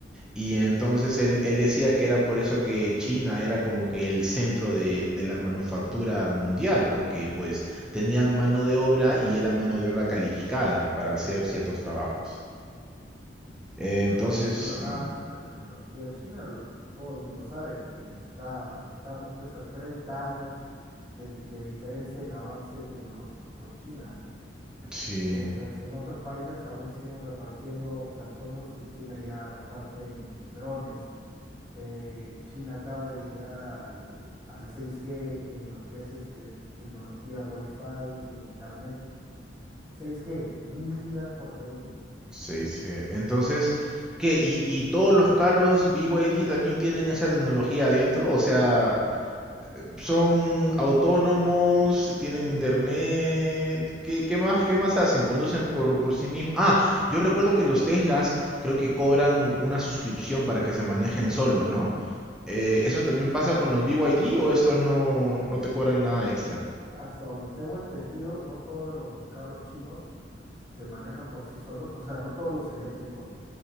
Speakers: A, in the centre; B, on the right (about 20°).
A: Y entonces él, él decía que era por eso que China era como que el centro de, de la manufactura mundial, porque pues tenían mano de obra y era mano de obra calificada para hacer ciertos trabajos. Eh,
B: Bueno,
A: Entonces,
B: a decir verdad,
A: ¿no?
B: la tecnología china, l- todo el mundo sabe que está, estamos pues a 30 años de, de diferencia en avance tecnológico con China, ¿no?
A: Sí,
B: Mientras en otros países aún siguen repartiendo personas, en China ya reparten eh, drones, eh, China acaba de llegar al, al 6G en lo que es este, tecnología Wi-Fi e Internet. 6G, 1000 gigas por segundo.
A: se dice. Entonces, ¿qué? ¿Y, y todos los carros BYD también tienen esa tecnología adentro? O sea, son autónomos, tienen internet. ¿Qué, qué más, qué más hacen? Conducen por, por sí mismos. Ah, yo recuerdo que los Teslas creo que cobran una suscripción para que se manejen solos, ¿no? Eh, ¿eso también pasa con los BYD o estos no, no te cobran nada extra?
B: Hasta donde tengo entendido, no todos los carros chinos se manejan por sí solos, o sea, no todos los eléctricos.